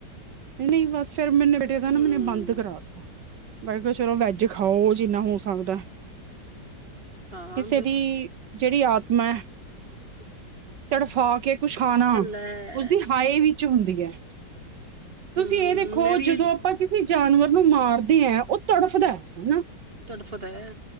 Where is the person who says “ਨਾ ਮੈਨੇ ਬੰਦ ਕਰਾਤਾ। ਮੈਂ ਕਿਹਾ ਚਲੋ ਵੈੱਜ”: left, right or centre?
Right